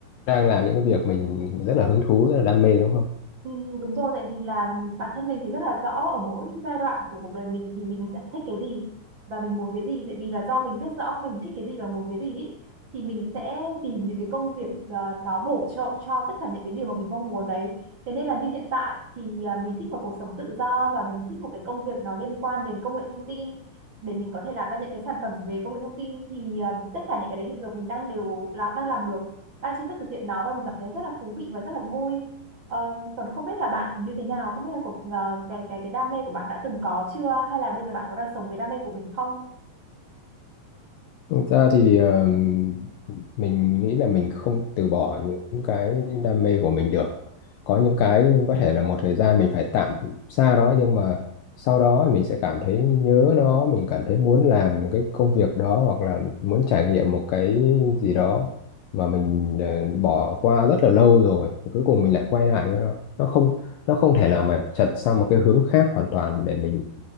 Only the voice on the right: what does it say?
Ừ, đúng rồi tại vì là bản thân mình thì rất là rõ ở mỗi giai đoạn của cuộc đời mình thì mình sẽ thích cái gì và mình muốn cái gì tại vì là do mình biết rõ mình thích cái gì và muốn cái gì ý, thì mình sẽ tìm những cái công việc ờ, nó bổ trợ cho tất cả những cái điều mà mình mong muốn đấy thế nên là như hiện tại thì à, mình thích một cuộc sống tự do và mình thích một cái công việc nó liên quan đến công nghệ thông tin để mình có thể làm ra những cái sản phẩm về công nghệ thông tin thì à, tất cả những cái đấy hiện giờ mình đang đều làm đang làm được đang chính thức thực hiện nó và mình cảm thấy rất là thú vị và rất là vui Ờ, còn không biết là bạn thì như thế nào, không biết là cuộc, ờ, cái cái cái đam mê của bạn đã từng có chưa, hay là bây giờ bạn có đang sống với đam mê của mình không?